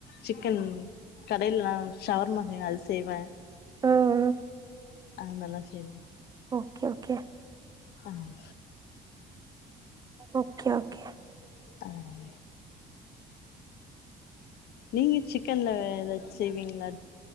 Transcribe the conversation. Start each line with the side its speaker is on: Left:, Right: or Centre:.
Left: சிக்கன் கடையிலல்லா ஷவர்மா செய் அது செய்வ
Right: ஆஹ்
Left: அத மார்லா செய்வோ
Right: ஓகே ஓகே
Left: அஹ்
Right: ஓகே ஓகே
Left: அஹ் நீங்க சிக்கன்ல ஏதாச்சும் செய்வீங்களா